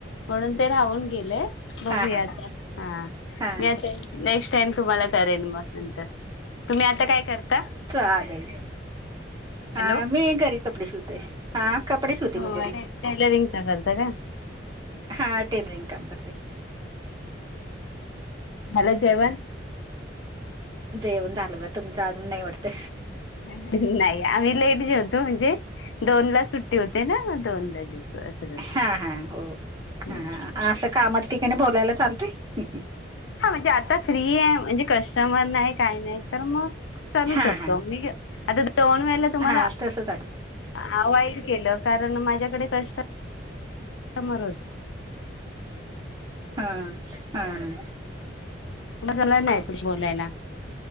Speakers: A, on the left; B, on the right.
A: म्हणून ते राहून गेले. बघूया
B: हा हा
A: आता हा
B: हा
A: नेक्स्ट टाईम. तुम्हाला करेन मग नंतर, तुम्ही आता काय करता.
B: चालेल
A: हॅलो
B: हा मी घरी कपडे शिवते. हा कपडे शिवते
A: हो
B: मी घरी,
A: टेलरिंगचा करता का?
B: हा टेलरिंग काम करते.
A: झालं जेवण.
B: जेवण झालं बघा. तुमचं अजून नाही वाटत.
A: नाही आम्ही लेट जेवतो म्हणजे. दोन ला सुट्टी होते ना, मग दोनला जेवतो असं करतो.
B: हा हा हो ह
A: हम्म.
B: असं कामाच्या ठिकाणी बोलायला चालतंय.
A: हा म्हणजे आता फ्री आहे, म्हणजे कस्टमर नाही काही नाही तर मग. चालू
B: हा
A: शकतो
B: हा
A: मी आता दोन वेळेला तुम्हाला.
B: हा तसं चालतं
A: हा वाईट केलं कारण माझ्याकडे कस्टमर समोर होते.
B: हा हा हा
A: मग आला नाही तुझ्याशी बोलायला. <inaudible>